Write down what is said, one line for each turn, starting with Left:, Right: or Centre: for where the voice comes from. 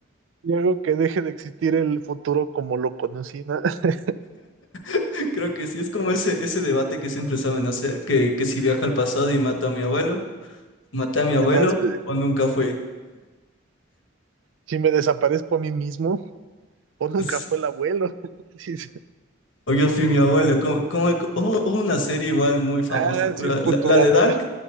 Right: Y hago que deje de existir el futuro como lo conocí. ¿no? <laughs>
Left: <laughs> Creo que sí, es como ese, ese debate que siempre saben hacer, que, que si viajo al pasado y mato a mi abuelo, maté a mi abuelo
Right: Nada más que
Left: o nunca fui.
Right: Si me desaparezco a mí mismo, o nunca
Left: <laughs>
Right: fue el abuelo. <laughs> Dice,
Left: O yo fui mi abuelo, como, como, co- hubo, hubo una serie igual muy famosa,
Right: Ah,
Left: creo,
Right: sí, Futurama.
Left: la, la de Dark,